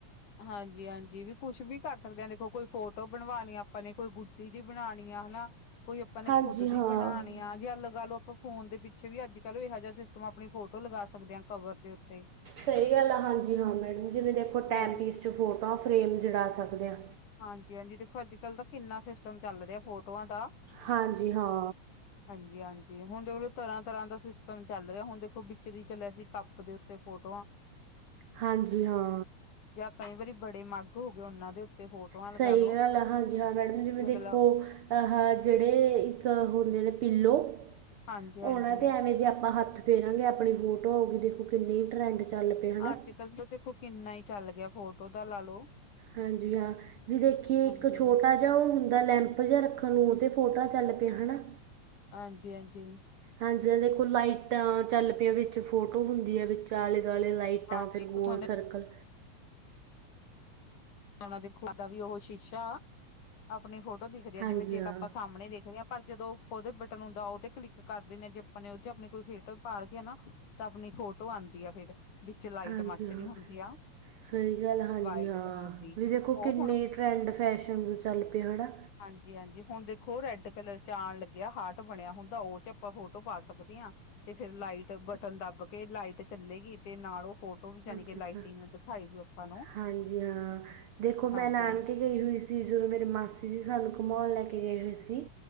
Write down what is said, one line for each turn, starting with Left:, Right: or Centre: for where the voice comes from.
Left: ਹਾਂਜੀ ਹਾਂਜੀ ਵੀ ਕੁਛ ਵੀ ਕਰ ਸਕਦੇ ਆ, ਦੇਖੋ ਕੋਈ ਫੋਟੋ ਬਣਵਾਉਣੀ ਆਪਾਂ ਨੇ ਕੋਈ ਗੁ ਤੀ ਜੇ ਬਨਾਣੀਆ ਹਨਾ ਕੋਈ ਆਪਾਂ ਨੇ
Right: ਹਾਂਜੀ
Left: ਖੁਦ
Right: ਹਾਂ।
Left: ਦੀ ਬਣਾਣੀ ਆ ਜੇ ਅ ਲਗਾ ਲਓ। ਆਪਾਂ ਫੋਨ ਦੇ ਪਿੱਛੇ ਵੀ ਅੱਜ- ਕੱਲ੍ਹ ਇਹੋ ਜਿਹਾ ਸ ਤ ਆਪਣੀ ਫੋਟੋ ਲਗਾ ਸਕਦੇ ਆ ਕਵਰ ਦੇ ਉੱਤੇ
Right: ਸਹੀ ਗੱਲ ਆ ਹਾਂਜੀ ਹਾਂ ਮੈਡਮ ਜਿਵੇਂ ਦੇਖੋ ਟਾਈਮ-
Left: ਉਹ ਵੀ
Right: ਪੀਸ 'ਚ ਫੋਟੋਆਂ ਫਰੇਮ ਜੜਾ ਸਕਦੇ ਆ।
Left: ਹਾਂਜੀ ਹਾਂਜੀ ਦੇਖੋ ਅੱਜ- ਕੱਲ ਤਾਂ ਕਿੰਨਾ ਸਿਸਟਮ ਚੱਲ ਰਿਹਾ ਫੋਟੋਆਂ ਦਾ
Right: ਹਾਂਜੀ ਹਾਂ
Left: ਹਾਂਜੀ ਹਾਂਜੀ ਹੁਣ ਦੇਖਲੋ ਤਰ੍ਹਾਂ- ਤਰ੍ਹਾਂ ਦਾ ਸਿਸਟਮ ਚੱਲ ਰਿਹਾ, ਹੁਣ ਦੇਖੋ ਵਿਚਰੀ ਚੱਲਿਆ ਸੀ ਕੱਪ ਦੇ ਉੱਤੇ ਫੋਟੋਆਂ
Right: ਹਾਂਜੀ ਹਾਂ
Left: ਜਾਂ ਕਈ ਵਾਰੀ ਬੜੇ ਮੱਗ ਹੋ ਗਏ ਉਹਨਾਂ ਦੇ ਉੱਤੇ ਫੋਟੋਆਂ
Right: ਸਹੀ
Left: ਲਗਾ ਲੋ
Right: ਗੱਲ ਆ ਹਾਂਜੀ ਹਾਂ ਮੈਡਮ ਜਿਵੇਂ ਦੇਖੋ
Left: ਅਗਲਾ
Right: ਜਿਹੜੇ ਇੱਕ ਹੁੰਦੇ ਨੇ ਪਿੱਲੋ,
Left: ਹਾਂਜੀ-ਹਾਂਜੀ
Right: ਉਹਨਾਂ ਤਾਂ ਐਵੇਂ ਜੇ ਆਪਾਂ ਹੱਥ ਫੇਰਾਂਗੇ, ਆਪਣੀ ਫੋਟੋ ਹੋ ਗਈ ਦੇਖੋ ਕਿੰਨਨੀ ਈ ਟਰੈਂਡ ਚੱਲ ਪਏ ਹਨਾ
Left: ਅੱਜ-ਕੱਲ੍ਹ ਤਾਂ ਦੇਖੋ ਕਿੰਨਾ ਈ ਚੱਲ ਗਿਆ ਫੋਟੋ ਦਾ ਲਾ ਲਓ।
Right: ਹਾਂਜੀ ਹਾਂ, ਜੇ ਦੇਖੀਏ
Left: ਹਾਂਜੀ,
Right: ਇੱਕ ਛੋਟਾ ਉਹ ਹੁੰਦਾ ਲੈਂਪ ਜਿਹਾ ਰੱਖਣ ਨੂੰ ਉਹ ਤੇ ਫੋਟਾਂ ਚੱਲ ਪਿਆ ਹਨਾ
Left: ਹਾਂਜੀ ਹਾਂਜੀ
Right: ਹਾਂਜੀ-ਹਾਂ ਐ ਦੇਖੋ ਲਾਈਟਾਂ ਚੱਲ ਪਈ ਵਿੱਚ ਫੋਟੋ ਹੁੰਦੀ ਐ ਵਿੱਚ ਆਲੇ ਦੁਆਲੇ ਲਾਈ
Left: ਹਾਂਜੀ
Right: ਤਾਂ
Left: ਹਾਂਜੀ
Right: ਫਿਰ
Left: ਇੱਕ
Right: ਗੋਲ
Left: ਥੋਨੇ
Right: ਸਰਕਲ
Left: ਨਾਂ-ਨਾਂ ਦੇਖੋ ਏਦਾ ਵੀ ਓਹ ਸ਼ੀਸ਼ਾ ਅਪਨੀ ਫੋਟੋ ਦੇਖਦੇ ਆ
Right: ਹਾਂਜੀ
Left: ਜਿਵੇਂ ਜੇ
Right: ਹਾਂ
Left: ਤਾਂ ਆਪਾਂ ਸਾਮਣੇ ਦੇਖਦੇ ਆ ਪਰ ਜਦੋਂ ਓਦੇ ਬਟਨ ਹੁੰਦਾ ਓ ਤੇ ਕਲਿੱਕ ਕਰਦੇ ਨੇ ਜੇ ਅਪਨੇ ਓਏ ਚ ਅਪਨੇ ਕੋਈ ਫੇਟ ਪਾਰ ਕੇ ਏਨਾ ਤਾਂ ਅਪਨੀ ਫੋਟੋ ਆਂਦੀ ਐ ਫੇਰ। ਵਿੱਚ ਲਾਈਟ
Right: ਹਾਂਜੀ
Left: ਮਚ
Right: ਹਾਂ
Left: ਦੀ ਹੁੰਦੀ ਆ
Right: ਸਹੀ ਗੱਲ ਹਾਂਜੀ
Left: ਵਾਈਟ
Right: ਹਾਂ
Left: ਕਲਰ
Right: ਵੀ ਦੇਖੋ
Left: ਓ
Right: ਕਿੰਨੇ
Left: ਹੁਣ
Right: ਟਰੈਂਡ ਫੈਸ਼ਨਸ ਚੱਲ ਪਏ ਹਨਾ
Left: ਹਾਂਜੀ-ਹਾਂਜੀ ਹੁਣ ਦੇਖੋ ਰੈਡ ਕ ਲਰ ਚ ਆਣ ਲੱਗਿਆ ਹਾਠ ਬਣਿਆ ਹੁੰਦਾ ਓ ਚ ਆਪਾਂ ਫੋਟੋ ਪਾ ਸਕਦੇ ਆਂ। ਤੇ ਫੇਰ ਲਾਈਟ ਬਟਨ ਦੱਬ ਕੇ ਲਾਈਟ ਚੱਲੇਗੀ। ਤੇ ਨਾਲ ਓ ਫੋਟੋ ਵੀ ਜਾਨੀ
Right: ਅੱਛਾ
Left: ਕਿ ਲਾਈਟਿੰਗ
Right: ਅੱਛਾ
Left: ਦਿਖਾਈ ਦਊ ਆਪਾਂ ਨੂੰ।
Right: ਹਾਂਜੀ ਹਾਂ, ਦੇਖੋ
Left: ਹਾਂਜੀ
Right: ਮੈਂ ਨਾਨਕੇ ਗਈ ਹੋਈ ਸੀ ਜਦੋਂ ਮੇਰੇ ਮਾਸੀ ਜੀ ਸਾਨੂੰ ਘਮਉਣ ਲੈ ਕੇ ਗਏ ਹੋਏ ਸੀ‌।